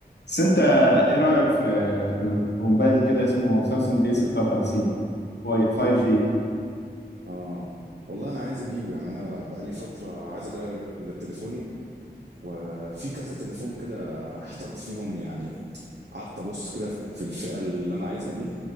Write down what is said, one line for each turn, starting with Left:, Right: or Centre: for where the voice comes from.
Left: بس انت ايه رأيك في في موبايل كده اسمه سامسونج اي 56 فاي- 5G
Right: اه والله انا عايز اجيبه يعني انا بقالي فتره عايز اغير تليفوني وفي كذا تليفون كده احترت فيهم يعني قعدت ابص كده في الفئه اللي انا عايزها دي